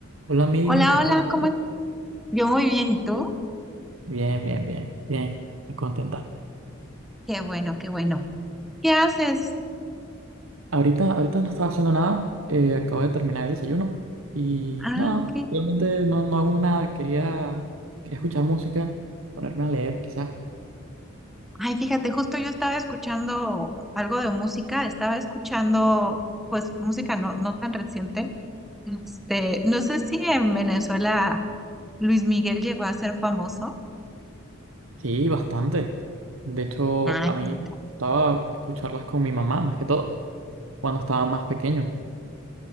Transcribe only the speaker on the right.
Hola Miriam,
¿qué
tal estás?
Bien, bien, bien, bien, muy contenta.
Ahorita, ahorita no estaba haciendo nada, eh, acabo de terminar el desayuno y
nada,
realmente no, no hago nada, quería, quería escuchar música, ponerme a leer quizás.
Sí, bastante. De hecho,
a mí
estaba escucharlas con mi mamá más que todo, cuando estaba más pequeño